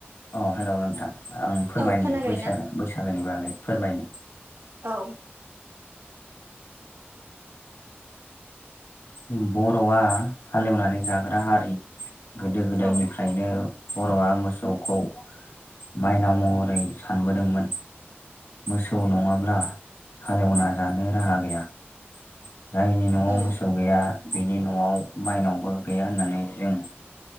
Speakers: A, on the left; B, on the right.
A: अ हेलौ नोंथां आं फोरमायनि
B: औ खोनाबाय
A: बैसागो
B: ना
A: बैसागोनि बागै फोरमायनि।
B: औ।
A: ओम बर'आ हालेवनानै जाग्रा हारि गोदो गोदायनिफ्रायनो
B: औ
A: बर'आ मोसौखौ माइनाव महरै सानबोदोंमोन। मोसौ नंङाब्ला हालेवना जानो राहा गैया। जायनि न'आव
B: औ
A: मोसौ गैया बिनि न'आव माइनावबो गैया होननानै जों